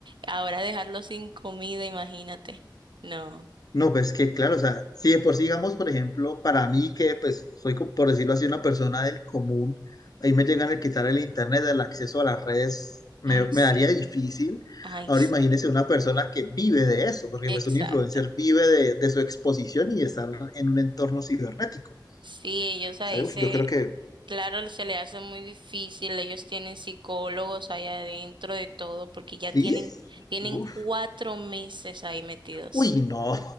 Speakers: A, on the right; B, on the left.
A: Ahora dejarlo sin comida, imagínate. No.
B: No, pues que claro, o sea, si de por sí, digamos, por ejemplo, para mí que pues soy, co- por decirlo así, una persona del común, ahí me llegan a quitar el internet, el acceso a las redes, me,
A: Ay,
B: me
A: sí.
B: daría difícil.
A: Ay,
B: Ahora
A: sí.
B: imagínese una persona que vive de eso, porque pues
A: Exacto.
B: un influencer vive de, de su exposición y de estar en un entorno cibernético.
A: Sí, ellos ahí
B: ¿Sabe? Uf,
A: se,
B: yo creo que
A: claro, se le hace muy difícil. Ellos tienen psicólogos allá adentro de todo, porque ya tienen,
B: sí.
A: tienen
B: Uf,
A: cuatro meses ahí metidos.
B: uy, no,